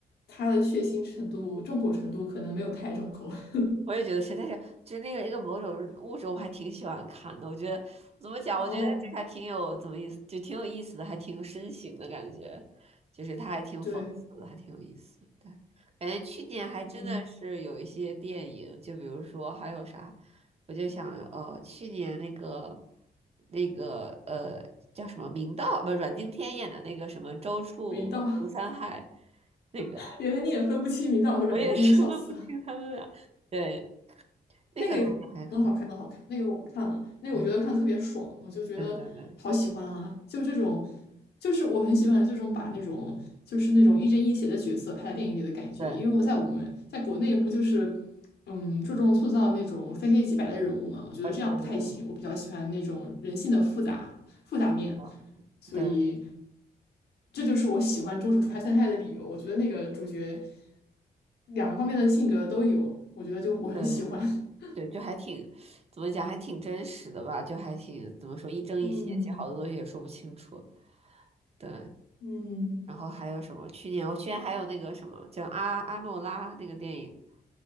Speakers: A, on the left; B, on the right.
A: 它的血腥程度、重口程度可能没有泰重口。<laughs>
B: 我也觉得是，但是就那个一个某种物种，我还挺喜欢看的。我觉得怎么讲，
A: 哦，
B: 我觉得这个还挺有怎么意思，就挺有意思的，还挺有深情的感觉，就是它还挺讽刺的，
A: 对，
B: 还挺有意思对，感觉去年还真的是有一些电影，
A: 嗯，
B: 就比如说还有啥，我就想呃，去年那个那个呃叫什么明道不阮经天演的那个什么《周处除三害》，
A: 明道，
B: 那个
A: <laughs> 原来你也分不清明道和阮经天，
B: 我也是分不清他们俩。
A: 笑死。
B: 对，那个感觉还可以，
A: 那个也很好看，很好看。那个我看了，那个我觉得看得特别爽，
B: 对
A: 我就觉得好喜欢啊！
B: 对对对对对
A: 就这种，就是我很喜欢这种把那种就是那种亦正亦邪的角色拍在电影里的感觉。
B: 对，
A: 因为我在我们在国内不就是嗯注重塑造那种非黑即白的人物嘛，我觉得这样不太行。
B: 啊对对对
A: 我比较喜欢那种人性的复杂复杂面，
B: 啊
A: 所以
B: 对，
A: 这就是我喜欢《中手出差三太》的理由。我觉得那个主角两个方面的性格都有，我觉得就我很喜欢。
B: 对对对对对，
A: <laughs>
B: 就还挺怎么讲，还挺真实的吧，就还挺怎么说一正一邪，
A: 嗯。
B: 其实好多东西也说不清楚。对，
A: 嗯，
B: 然后还有什么？去年我去年还有那个什么叫阿阿诺拉那个电影，